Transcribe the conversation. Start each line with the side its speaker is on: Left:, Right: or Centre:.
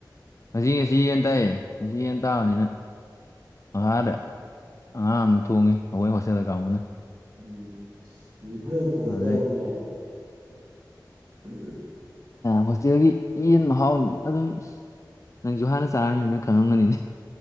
Left: ꯉ ꯉꯁꯤ ꯌꯦꯟ ꯇꯥꯛꯑꯌꯦꯦ ꯉ ꯌꯦꯟ ꯇꯥꯕꯅꯤꯅ ꯃꯈꯥꯗ ꯑꯉꯥꯡ ꯑꯃ ꯊꯣꯡꯉꯤ ꯑꯩꯈꯣꯏ ꯍꯣꯁꯇꯦꯜꯗ ꯂꯩ ꯀꯥꯡꯕꯨꯅ
Right: ꯎꯝ ꯑꯗꯨꯗꯤ ꯐꯖꯅ ꯐꯒꯠꯇꯧꯔꯔꯕꯅꯤꯅꯦ
Left: ꯑꯗꯩ
Right: <inaudible> ꯎꯝ ꯎꯝ <inaudible>
Left: ꯍꯣꯁꯇꯦꯜꯒꯤ ꯌꯦꯟ ꯃꯍꯥꯎ ꯑꯗꯨꯝ ꯅꯪꯁꯨ ꯍꯥꯟꯅ ꯆꯥꯔꯅꯤꯅ ꯈꯪꯉꯝꯒꯅꯤꯅꯦ